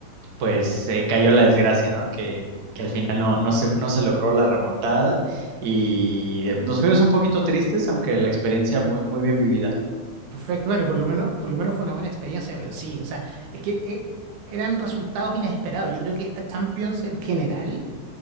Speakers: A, on the right; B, on the right.
A: pues eh, cayó la desgracia, ¿no? Que, que al final no, no se, no se logró la remontada y eh, nos fuimos un poquito tristes, aunque la experiencia muy, muy bien vivida.
B: Perfecto. Bueno, por lo menos, por lo menos fue una buena experiencia, pero sí, o sea, es que eh, eran resultados inesperados. Yo creo que esta Champions en general